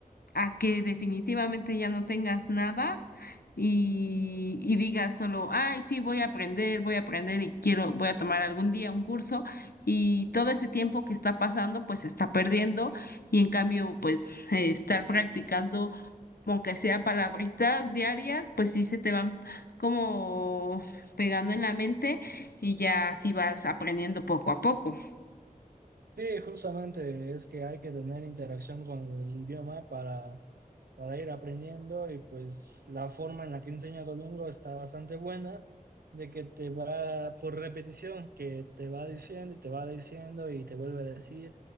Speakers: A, on the left; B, on the right.
A: a que definitivamente ya no tengas nada y, y digas solo, ay, sí, voy a aprender, voy a aprender y quiero, voy a tomar algún día un curso y todo ese tiempo que está pasando, pues se está perdiendo y en cambio, pues eh, estar practicando, aunque sea palabritas diarias, pues sí se te van como pegando en la mente y ya así vas aprendiendo poco a poco.
B: Sí, justamente es que hay que tener interacción con el idioma para, para ir aprendiendo y pues la forma en la que enseña Duolingo está bastante buena, de que te va por repetición, que te va diciendo y te va diciendo y te vuelve a decir